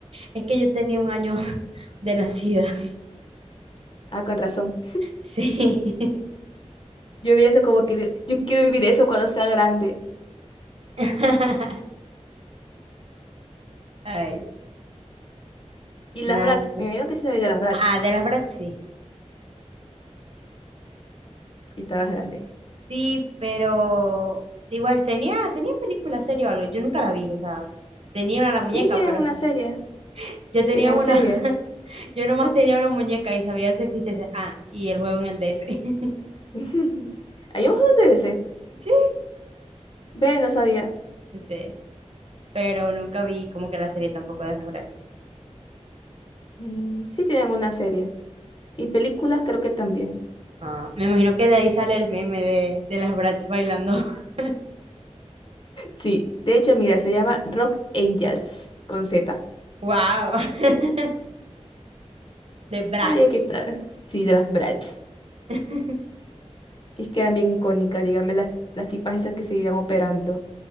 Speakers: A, on the right (about 60°); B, on the left (about 45°).
A: es que yo tenía un año <laughs> de nacida.
B: Ah, con razón.
A: Sí.
B: Yo vi eso como que digo, yo quiero vivir eso cuando sea grande.
A: <laughs> Ay,
B: Y las
A: nace
B: Bratz, me imagino que sí sabía de las Bratz.
A: Ah, de las Bratz sí.
B: Y estabas grande.
A: Sí, pero igual tenía, tenía película, serie o algo. Yo nunca la vi, o sea, tenía una la muñeca,
B: Sí, tenían
A: pero
B: una
A: <laughs>
B: serie.
A: yo tenía
B: Tenían
A: una,
B: serie.
A: <laughs> yo nomás tenía una muñeca y sabía de su existencia. Ah, y el juego en el DS. <laughs>
B: <laughs> ¿Hay un juego de ese?
A: Sí,
B: Ve, no sabía.
A: sí. Pero nunca vi como que la serie tampoco de las Bratz.
B: Mm, sí, tenían una serie. Y películas creo que también.
A: Ah, me imagino que de ahí sale el meme de, de las Bratz bailando. <laughs>
B: Sí, de hecho, mira, se llama Rock Angels con Z.
A: Wow, <laughs> de Bratz.
B: Ay, aquí está. Sí, de las Bratz.
A: <laughs>
B: Es que eran bien icónicas, dígame, las, las tipas esas que se iban operando,